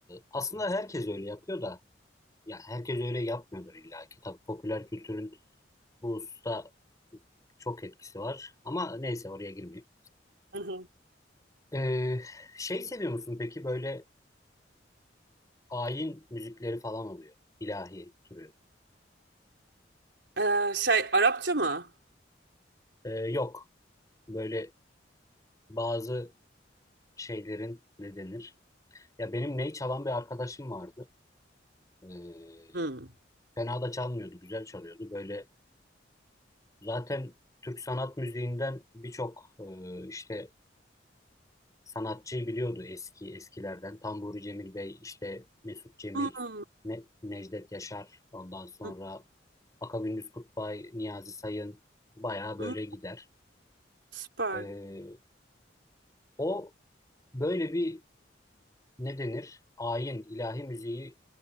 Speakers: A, on the left; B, on the right.
A: aslında herkes öyle yapıyor da. Ya herkes öyle yapmıyordur illa ki. Tabii popüler kültürün bu hususta çok etkisi var. Ama neyse oraya girmeyeyim.
B: Hı hı.
A: Ee, şey seviyor musun peki böyle ayin müzikleri falan oluyor. ilahi türü.
B: E, şey Arapça mı?
A: Ee, yok. Böyle bazı şeylerin ne denir? Ya benim ney çalan bir arkadaşım vardı. Ee,
B: Hmm.
A: fena da çalmıyordu. Güzel çalıyordu. Böyle zaten Türk sanat müziğinden birçok e, işte sanatçıyı biliyordu eski eskilerden. Tamburi Cemil Bey, işte Mesut Cemil,
B: Hmm.
A: Ne- Necdet Yaşar, ondan sonra
B: Hı
A: Akagündüz Kutbay, Niyazi Sayın bayağı
B: hı.
A: böyle gider.
B: Süper.
A: Ee, o böyle bir ne denir? Ayin, ilahi müziği